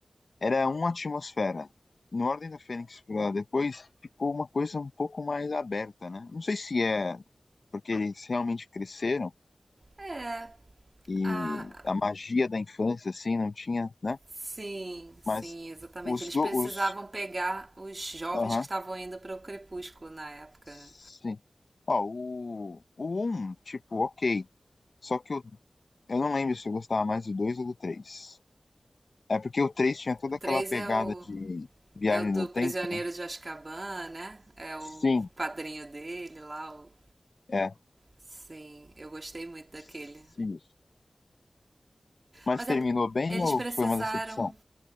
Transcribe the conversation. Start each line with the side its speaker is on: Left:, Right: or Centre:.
Left: era uma atmosfera. No Ordem da Fênix pra depois ficou uma coisa um pouco mais aberta, né? Não sei se é porque eles realmente cresceram
Right: É,
Left: e
Right: a
Left: a magia da infância, assim, não tinha, né?
Right: Sim, sim,
Left: Mas
Right: exatamente.
Left: os...
Right: Eles
Left: do-
Right: precisavam
Left: os
Right: pegar os jovens
Left: aham,
Right: que estavam indo para o Crepúsculo na época,
Left: sim.
Right: né?
Left: Ó, o, o 1, tipo, ok. Só que eu, eu não lembro se eu gostava mais do 2 ou do 3. É porque o 3 tinha toda
Right: O 3
Left: aquela pegada
Right: é o,
Left: de viagem
Right: é o do
Left: do tempo,
Right: Prisioneiro
Left: né?
Right: de Azkaban, né? É o
Left: Sim,
Right: padrinho dele lá. o-
Left: é.
Right: Sim, eu gostei muito daquele.
Left: Isso. Mas
Right: Mas
Left: terminou
Right: é,
Left: bem
Right: eles
Left: ou
Right: precisaram
Left: foi uma decepção?